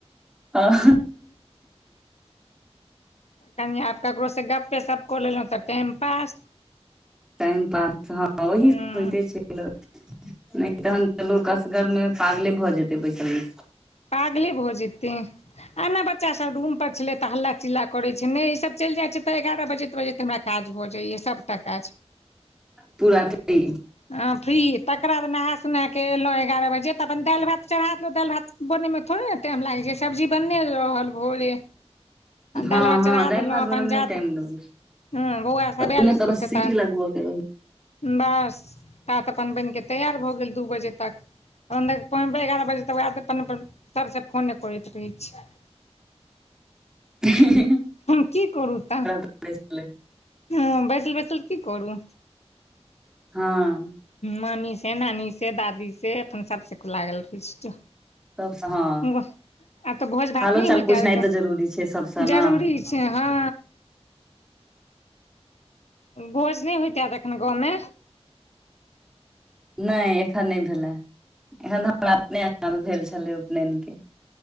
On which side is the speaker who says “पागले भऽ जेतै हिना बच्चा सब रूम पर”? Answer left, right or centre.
Left